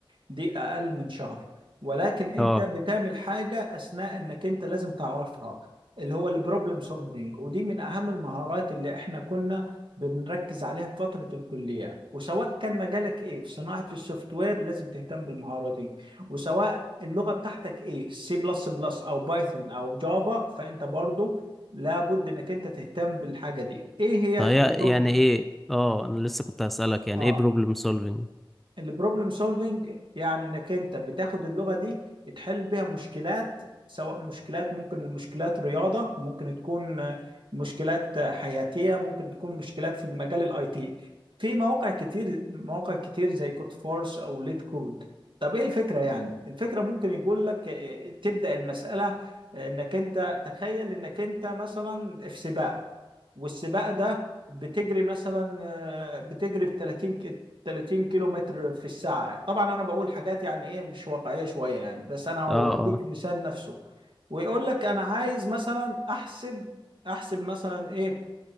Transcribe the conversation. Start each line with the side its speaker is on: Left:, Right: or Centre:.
Right: دي اقل من شهر ولكن انت
Centre: اه
Right: بتعمل حاجه اثناء انك انت لازم تعرفها اللي هو البروبلم سولفينج ودي من اهم المهارات اللي احنا كنا بنركز عليها في فتره الكليه وسواء كان مجالك ايه في صناعه السوفت وير لازم تهتم بالمهاره دي وسواء اللغه بتاعتك ايه سي بلس بلس او بايثون او جافا فانت برضو لابد انك انت تهتم بالحاجه دي ايه هي
Centre: فهي
Right: البروبلم
Centre: يعني ايه اه انا لسه كنت هسالك يعني
Right: اه
Centre: ايه بروبلم سولفينج
Right: البروبلم سولفنج يعني انك انت بتاخد اللغه دي تحل بيها مشكلات سواء مشكلات ممكن المشكلات رياضه ممكن تكون آه، مشكلات آه، حياتيه ممكن تكون مشكلات في المجال الاي تي في مواقع كتير مواقع كتير زي كود فورس او ليت كود طب ايه الفكره يعني الفكره ممكن يقول لك آه، تبدا المساله آه، انك انت تخيل انك انت مثلا في سباق والسباق ده بتجري مثلا آه، بتجري ب 30 ك- 30 كيلو متر في الساعة طبعا انا بقول حاجات يعني ايه مش واقعية شوية يعني بس انا هوديك
Centre: اه اه
Right: مثال نفسه ويقول لك انا عايز مثلا احسب احسب مثلا ايه